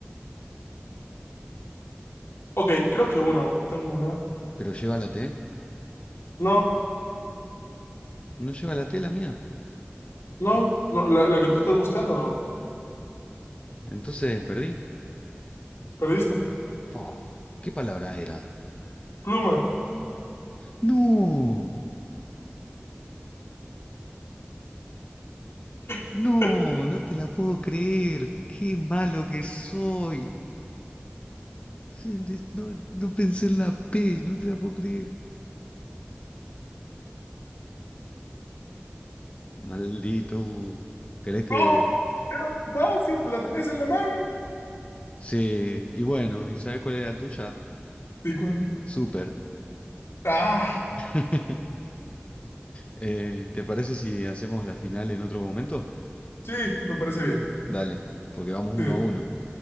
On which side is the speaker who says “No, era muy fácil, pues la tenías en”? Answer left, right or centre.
Left